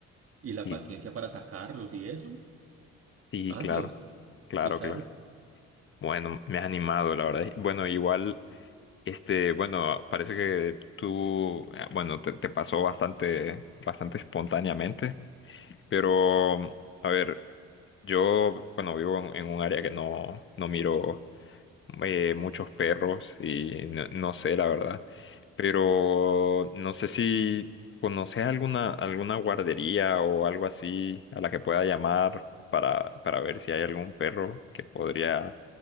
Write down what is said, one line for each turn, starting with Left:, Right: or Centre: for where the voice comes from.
Right: y la
Left: Sí,
Right: paciencia para sacarlos y eso,
Left: sí,
Right: hazlo.
Left: claro, claro,
Right: Sí, claro.
Left: claro. Bueno, me has animado, la verdad. Bueno, igual, este, bueno, parece que tú, eh, bueno, te, te pasó bastante, bastante espontáneamente. Pero, mm, a ver, yo, bueno, vivo en, en un área que no, no miro eh, muchos perros y no, no sé, la verdad. Pero no sé si conoces alguna, alguna guardería o algo así a la que pueda llamar para, para ver si hay algún perro que podría